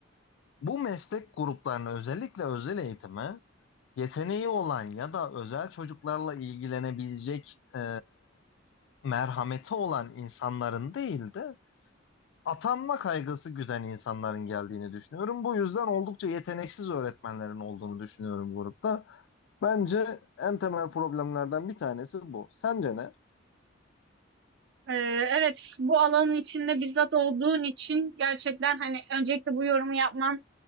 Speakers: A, on the left (about 65°); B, on the right (about 60°).
A: bu meslek gruplarına özellikle özel eğitime yeteneği olan ya da özel çocuklarla ilgilenebilecek e, merhameti olan insanların değil de atanma kaygısı güden insanların geldiğini düşünüyorum. Bu yüzden oldukça yeteneksiz öğretmenlerin olduğunu düşünüyorum grupta. Bence en temel problemlerden bir tanesi bu. Sence ne?
B: Eee, evet, bu alanın içinde bizzat olduğun için gerçekten, hani, öncelikle bu yorumu yapman